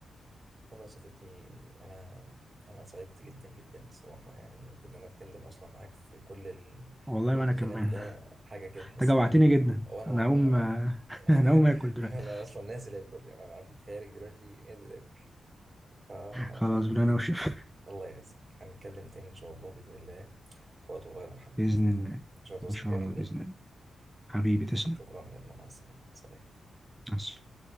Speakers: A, on the right; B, in the centre.
A: والله يا صديقي أنا أنا سعدت جدا جدا الصراحة يعني بإن أنا أتكلم أصلا معاك في كل ال...
B: والله
A: الكلام
B: وانا كمان <laughs>
A: ده حاجة كده أحس
B: انت جوعتني
A: إن أنت
B: جدا
A: أو أنا
B: انا
A: والله
B: هقوم
A: أنا
B: <laughs>
A: <laughs>
B: انا هقوم اكل دلوقتي
A: أنا أصلا نازل آكل يعني أنا عندي خيارك دلوقتي نازل آكل فأكيد
B: خلاص بالله انا وشف
A: الله يعزك هنتكلم تاني إن شاء الله بإذن الله في وقت قريب
B: <laughs>
A: يا محمد
B: باذن الله
A: مش هتعوز
B: ان شاء
A: حاجة
B: الله
A: مني
B: باذن الله حبيبي تسلم
A: شكرا يلا مع السلامة سلام
B: مع السلامة.